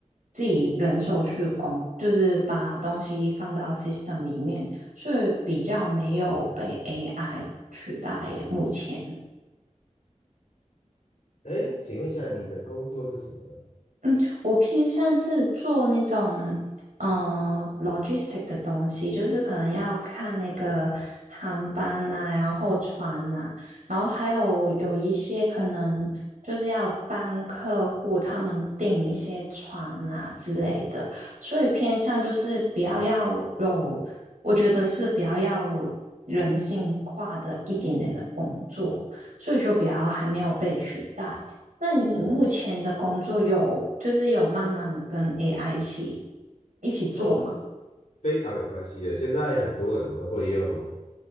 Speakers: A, on the right (about 85°); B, on the left (about 65°).
A: 自己人手去工，就是把东西放到 system 里面，所以比较没有被 AI 取代耶，目前。
B: 哎，请问一下，你的工作是什么呢？
A: 嗯，我偏向是做那种呃 logistic 的东西，就是可能要看那个航班呐、然后船呐、然后还有有一些可能就是要帮客户他们订一些船呐、之类的，所以偏向就是比较要有，我觉得是比较要人性化的一点点的工作，所以就比较还没有被取代。那你目前的工作有就是有慢慢跟
B: 是啊，
A: AI 一起一起做吗？
B: 哦，非常有关系的。现在很多人都会用